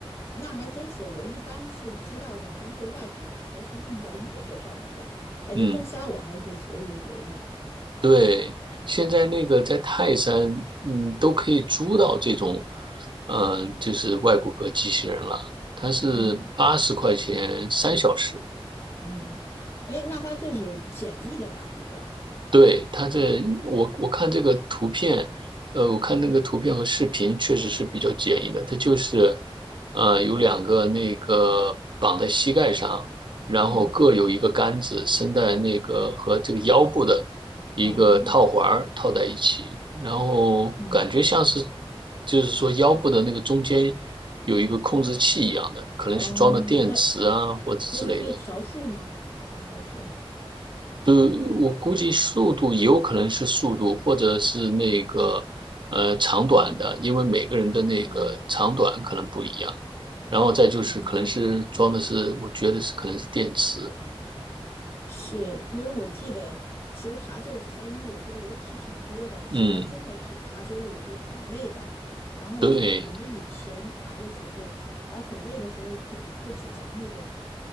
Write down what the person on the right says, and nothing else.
嗯。
对，现在那个在泰山，嗯，都可以租到这种，嗯，就是外骨骼机器人了。它是八十块钱三小时，
对，它这，我我看这个图片，呃，我看那个图片和视频确实是比较简易的，它就是，呃，有两个那个绑在膝盖上，
然后各有一个杆子伸在那个和这个腰部的一个套环儿套在一起，
然后感觉像是，
就是说腰部的那个中间有一个控制器一样的，可能是装的电池啊或者之类的，
呃，我估计速度有可能是速度，或者是那个呃长短的，
因为每个人的那个长短可能不一样。
然后再就是可能是装的是，
我觉得是可能是电池。
嗯，
对。